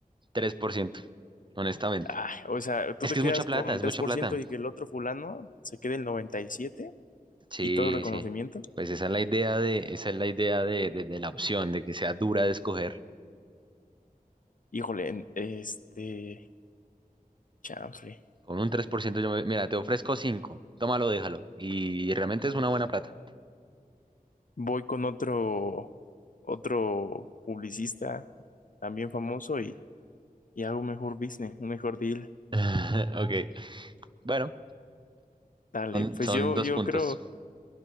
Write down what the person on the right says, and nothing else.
3% honestamente.
Es
que
es mucha plata,
es
mucha
plata.
Sí,
sí. Pues esa es la idea de, esa es la idea de, de- de la opción, de que sea dura de escoger.
Con un 3% yo me, mira, te ofrezco cinco. tómalo, déjalo. Y realmente es una buena plata.
<laughs> Ok. Bueno,
son,
son
dos
puntos.